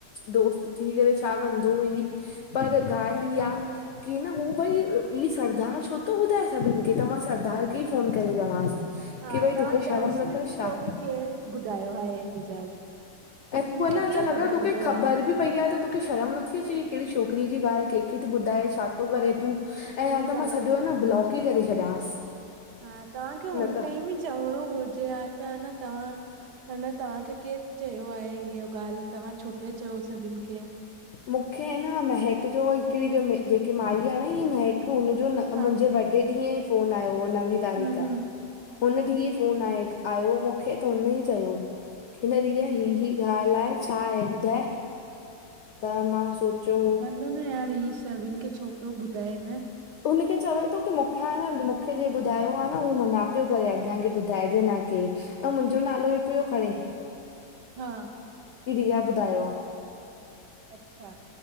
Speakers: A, on the left; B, on the right.
A: दोस्त थी करे छा कंदो हुअई। पर अगर ॻाल्हि ई आ कि न हू भई ही सरदार छो थो ॿुधाए सभिन खे त मां सरदार खे ई फोन करे चवांसि!
B: हा
A: की भई
B: तां
A: तोखे शर्म
B: चओसि
A: अथस
B: न,
A: छा
B: तोखे केरु ॿुधायो आहे अहिड़ी ॻाल्हि?
A: ऐं तूं
B: हुनखे
A: ह न,
B: केरु
A: चल अगरि
B: ॿुधाईंदो
A: तोखे ख़बर
B: यार
A: बि पई आहे त तोखे शर्म नथी अचे कि कहिड़ी छोकिरी जी ॻाल्हि कंहिंखे थो ॿुधाए, छा थो करे तूं?
B: सही
A: ऐं या त मां
B: ॻाल्हि आहे।
A: सॼो आ न ब्लॉक ई करे छॾियांसि।
B: हा तव्हांखे हुन
A: न त
B: टाइम ई चवणो घुरिजे आं, त अ न तव्हां अन तव्हांखे केरु चयो आहे इहा ॻाल्हि? तव्हां छो पिया चओ सभिन खे?
A: मुंखे न महक जो, हिकिड़ी जेकी माई आहे न ही महक हुनजो मुंहिंजे
B: हा
A: बर्डे ॾींहं ई फोन आयो हो नंवी तारीख़।
B: हम्म हम्म
A: हुन ॾींहुं फोन आय आयो मूंखे त हुन ई चयो। हिन रिया ही- ही ॻाल्हि आहे, छा आहे ॿुधाए? त मां सोचियो
B: न- न यार, ई सभिन खे छो पियो ॿुधाए न!
A: हुनखे चवे थो कि मूंखे आहे न मूंखे जे ॿुधायो आ न हू मना पियो करे अॻियां ॿुधाइजे न के ऐं मुंहिंजो नालो ई पियो खणे।
B: हा
A: कि रिया बु्धायो आ।
B: अच्छा!